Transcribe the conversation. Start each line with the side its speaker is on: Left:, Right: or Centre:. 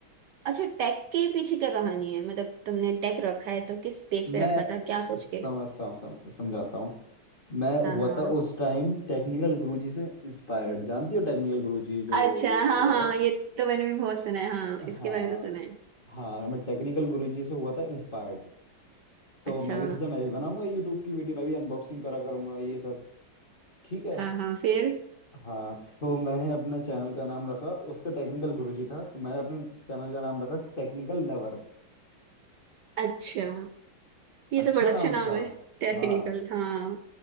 Right: अच्छा टेक के पीछे क्या कहानी है मतलब तुमने टेक रखा है तो किस स्पेस
Left: मैं
Right: पे रखा था क्या सोच के
Left: समझता हूँ सम, समझाता हूँ मैं हुआ
Right: हाँ हाँ
Left: था उस टाइम टेक्निकल गुरुजी से इंस्पायर्ड जानती हो टेक्निकल गुरुजी जो
Right: अच्छा
Left: यूट्यूबर
Right: हाँ हाँ
Left: है
Right: ये तो मैंने भी बहुत सुना है हाँ
Left: हाँ
Right: इसके बारे में तो सुना है
Left: हाँ मैं टेक्निकल गुरुजी से हुआ था इंस्पायर्ड तो
Right: अच्छा
Left: मैं भी सोचा मैं भी बनाऊंगा यूट्यूब की वीडियो मैं भी अनबॉक्सिंग करा करूंगा ये सब ठीक है
Right: हाँ हाँ फिर
Left: हाँ तो मैंने अपना चैनल का नाम रखा उसका टेक्निकल गुरुजी था तो मैंने अपने चैनल का नाम रखा टेक्निकल लवर
Right: अच्छा ये
Left: अच्छा
Right: तो बड़ा अच्छा
Left: नाम
Right: नाम
Left: था
Right: है टेक्निकल
Left: हाँ
Right: हाँ